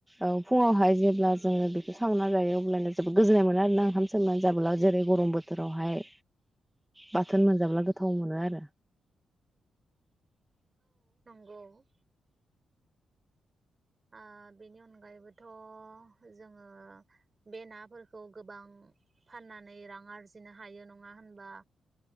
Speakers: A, in the centre; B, on the right.
A: औ फुङावहाय जेब्ला जोङो बेखौ सावना जायो। अल्बानिया जोबोद गोजोननाय मोनो आरो ना ओंखाम सोमनानै जाब्ला जेरै गरम बोथोरावहाय बाथोन मोनजाब्ला गोथाव मोनो आरो।
B: औ। ओ बेनि अनगायैबोथ' जोङो बे नाफोर खौ गोबां फाननानै रां आरजिनो हायो न नङा होनबा